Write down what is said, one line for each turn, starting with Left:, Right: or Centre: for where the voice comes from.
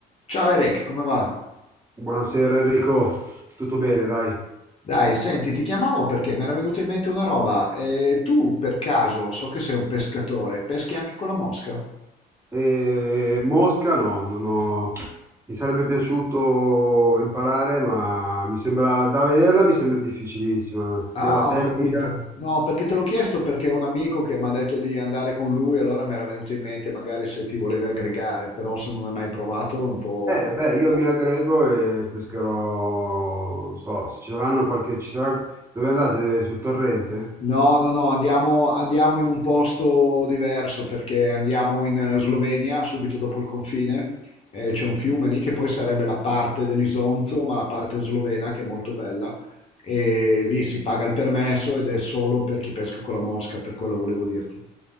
Left: Ciao Eric, come va?
Right: Buonasera Enrico, tutto bene, dai.
Left: Dai, senti, ti chiamavo perché mi era venuta in mente una roba. Eh, tu, per caso, so che sei un pescatore, peschi anche con la mosca?
Right: E Mosca no, non ho... mi sarebbe piaciuto imparare, ma mi sembra, da vederla mi sembra difficilissima, sia
Left: Ah,
Right: la tecnica.
Left: ho capito. No, perché te l'ho chiesto perché ho un amico che mi ha detto di andare con lui, allora mi era venuto in mente magari se ti volevi aggregare, però se non hai mai provato è un po'...
Right: Eh,
Left: complicato.
Right: beh, io mi aggrego e pescherò, non so, se ci saranno qualche... Ci sarà... Dove andate? Sul torrente?
Left: No, no, no, andiamo, andiamo in un posto diverso perché andiamo in eh, Slovenia, subito dopo il confine, e c'è un fiume lì che poi sarebbe la parte dell'Isonzo, ma la parte slovena che è molto bella, e lì si paga il permesso ed è solo per chi pesca con la mosca, per quello volevo dirti.